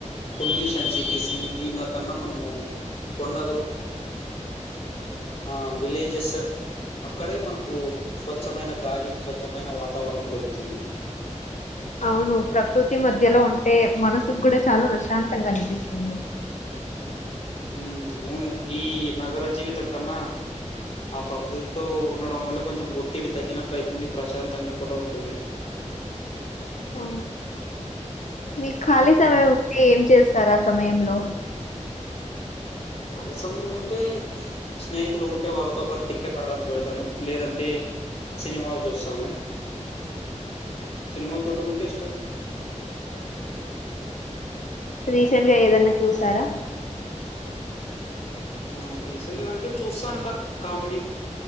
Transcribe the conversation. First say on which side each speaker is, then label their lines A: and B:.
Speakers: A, on the left (about 55°); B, on the left (about 75°).
A: పొల్యూషన్ సిటీస్ ఇ దీనిల కన్న మనము కొండలు ఆ విలేజస్స్ అక్కడే మనకు స్వచ్ఛమైన గాలి స్వచ్ఛమైన వాతావరణం దొరుకుతుంది.
B: అవును ప్రకృతి మధ్యలో ఉంటే మనసుకు కూడా చాలా ప్రశాంతంగా అనిపిస్తుంది.
A: ఉమ్ అవును ఈ నగర జీవితం కన్నా ఆ ప్రకృతితో ఉండడం వల్ల కొంచెం ఒత్తిడి తగినట్లు అయితుంది ప్రశాంతంగా కూడా ఉంటుంది
B: అ మీకు ఖాళీ
A: మ్
B: సమయం ఉంటే ఏం చేస్త స్తరా ఆ సమయంలో
A: ఖాళీ సమయం ఉంటె స్నేహితులు ఉంటె వాళ్ళతో పాటు క్రికెట్ ఆడడానికి వెళతాను లేదంటే సినిమాలు చూస్తాను సినిమాలు చూడటం అంటే ఇష్టం.
B: రీసెంట్గా ఏదన్నా చూసారా
A: ఆ రీసెంట్గా అంటే చూస్తాంట కామెడీ